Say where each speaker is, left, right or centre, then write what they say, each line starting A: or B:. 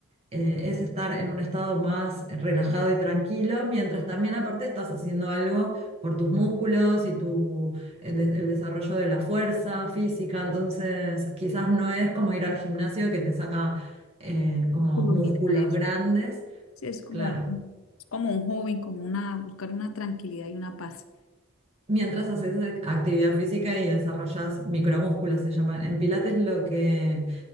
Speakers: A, on the right; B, on the left.
A: eh, es estar en un estado más relajado y tranquilo, mientras también aparte estás haciendo algo por tus músculos y tu, eh, de- el desarrollo de la fuerza física, entonces quizás no es como ir al gimnasio que te saca eh,
B: músculo
A: como músculos
B: ni nada de eso.
A: grandes,
B: Sí, es como,
A: claro.
B: un- es como un hobby, como una, buscar una tranquilidad y una paz.
A: Mientras haces ac- actividad física y desarrollas micromúsculos, se llaman. En Pilates lo que